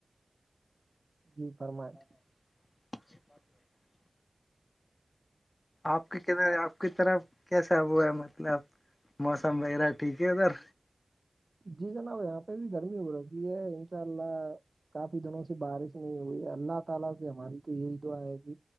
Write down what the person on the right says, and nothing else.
جی فرمائیں
جی جناب یہاں پہ بھی گرمی ہو رہی ہے انشاء اللہ کافی دنوں سے بارش نہیں وہی اللہ تعالی سے ہماری تو یہی دعا ہے کہ